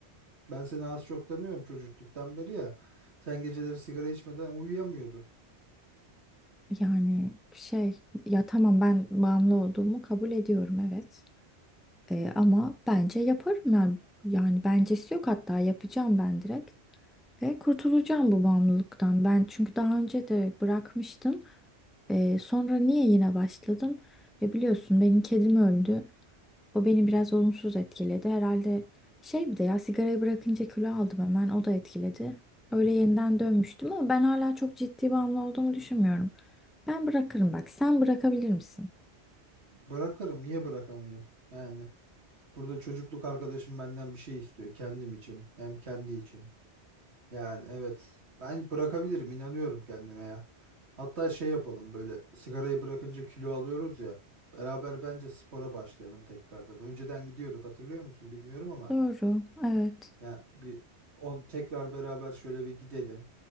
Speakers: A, on the right (about 75°); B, in the centre.
A: Ben seni az çok tanıyorum çocukluktan beri ya. Sen geceleri sigara içmeden uyuyamıyordun.
B: Yani şey ya tamam ben bağımlı olduğumu kabul ediyorum evet. Ee, ama bence yaparım yani. Yani bencesi yok hatta yapacağım ben direkt. Ve kurtulacağım bu bağımlılıktan. Ben çünkü daha önce de bırakmıştım. Ee, sonra niye yine başladım? E biliyorsun benim kedim öldü. O beni biraz olumsuz etkiledi. Herhalde şey bir de ya sigarayı bırakınca kilo aldım hemen. O da etkiledi. Öyle yeniden dönmüştüm ama ben hala çok ciddi bağımlı olduğumu düşünmüyorum. Ben bırakırım bak. Sen bırakabilir misin?
A: Bırakırım. Niye bırakamayayım? Yani burada çocukluk arkadaşım benden bir şey istiyor. Kendim için. Hem kendi için. Yani evet. Ben bırakabilirim. inanıyorum kendime ya. Hatta şey yapalım böyle sigarayı bırakınca kilo alıyoruz ya. Beraber bence spora başlayalım tekrardan. Önceden gidiyorduk hatırlıyor musun bilmiyorum ama.
B: Doğru. Evet.
A: Yani bir on tekrar beraber şöyle bir gidelim.